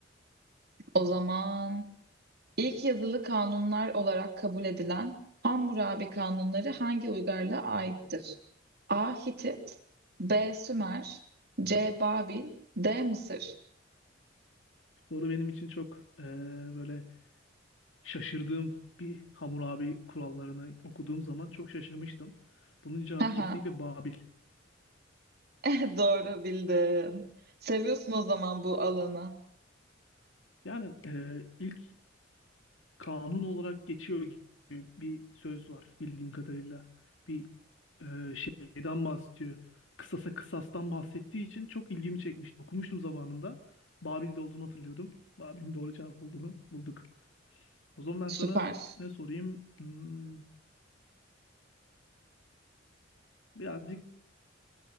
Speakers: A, on the right; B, on the left.
A: o zaman ilk yazılı kanunlar olarak kabul edilen Hammurabi kanunları hangi uygarlığa aittir? A. Hitit B. Sümer C. Babil D. Mısır
B: Soru benim için çok e, böyle şaşırdığım bir Hammurabi kurallarını okuduğum zaman çok şaşırmıştım. Bunun cevabı
A: Haha,
B: kesinlikle Babil.
A: <laughs> Doğru bildin. Seviyorsun o zaman bu alanı.
B: Yani e, ilk kanun olarak geçiyor gibi bir söz var bildiğim kadarıyla. Bir e, şeyden bahsediyor. Kısasa kısastan bahsettiği için çok ilgimi çekmişti. Okumuştum zamanında. Babil'de olduğunu hatırlıyordum. Babil'in doğru cevap olduğunu bulduk. O zaman ben
A: Süper.
B: sana ne sorayım? Hmm, birazcık